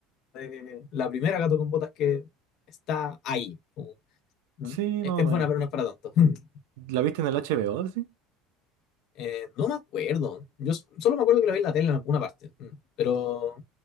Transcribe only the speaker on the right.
Sí,
más o
menos.
¿La viste en el HBO, sí?